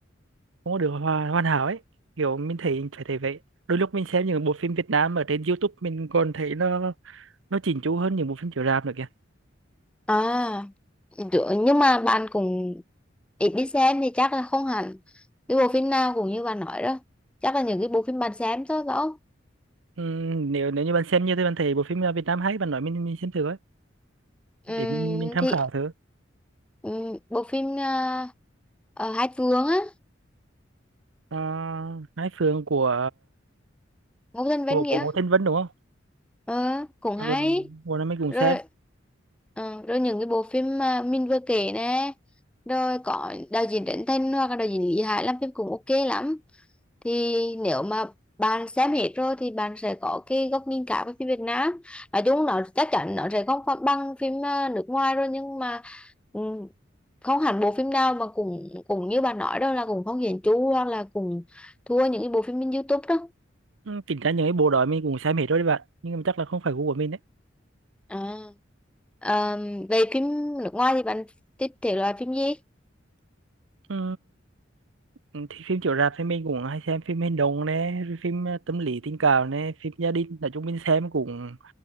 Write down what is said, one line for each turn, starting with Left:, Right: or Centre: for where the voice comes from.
Right: không có được hoàn, hoàn hảo ấy kiểu mình thấy phải thấy vậy đôi lúc mình xem những bộ phim Việt Nam ở trên YouTube mình còn thấy nó nó chỉnh chu hơn những bộ phim chiếu rạp nữa kìa
Centre: à đ- nhưng mà bạn cũng ít đi xem thì chắc là không hẳn cái bộ phim nào cũng như bạn nói đó chắc là những cái bộ phim bạn xem thôi phải không
Right: Ừm, nếu nếu như bạn xem như thế bạn thấy bộ phim ờ, Việt Nam hay bạn nói mình mình xem thử ấy
Centre: Ừm,
Right: để mình mình tham
Centre: thì
Right: khảo thử
Centre: ừm, bộ phim uh, Hai Phương á
Right: Ờ, Hai Phường của
Centre: Ngô Thanh Vân
Right: của của
Centre: kìa
Right: Ngô Thanh Vân đúng không
Centre: ờ, cũng
Right: ừ,
Centre: hay
Right: bộ này mình cũng
Centre: rồi
Right: xem
Centre: ờ, rồi những cái bộ phim mà mình vừa kể nè rồi có đạo diễn Trấn Thành hoặc là đạo diễn Lý Hải làm phim cũng ok lắm thì nếu mà bạn xem hết rồi thì bạn sẽ có cái góc nhìn cả với phim Việt Nam nói chung nó chắc chắn nó sẽ không phải bằng phim ờ, nước ngoài rồi nhưng mà ừ, không hẳn bộ phim nào mà cũng cũng như bạn nói đâu là cũng không hiển chu hoặc là cũng thua những cái bộ phim trên YouTube đó
Right: Ừm, chính ra những cái bộ đó mình cũng xem hết rồi đấy bạn nhưng mà chắc là không phải gu của mình đấy
Centre: à. Ờ, về phim nước ngoài thì bạn thích thể loại phim gì?
Right: Ừ. Ừ, thì phim chiếu rạp thì mình cũng hay xem phim hành động nè rồi phim ờ, tâm lý tình cảm nè phim gia đình nói chung mình xem cũng